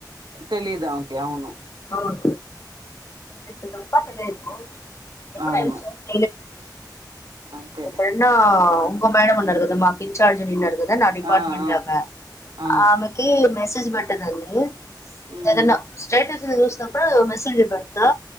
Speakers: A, on the right; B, on the left.
A: తెలిదా ఆమేకి అవును
B: అవును ఇప్పుడు తప్ప తెలియదు <inaudible>
A: అవును అంతేలే
B: ఎప్పుడన్నా ఉంకో మేడం ఉన్నారు కదా మాకు ఇంచర్జ్ నా డిపార్ట్మెంటే
A: ఆ ఆ
B: ఆమె
A: ఆ
B: ఆమెకి మెసేజ్ పెట్టేదాన్ని
A: ఉమ్
B: ఏదన్న స్టేటస్లు చూసినప్పుడు మెసేజ్ పెడతా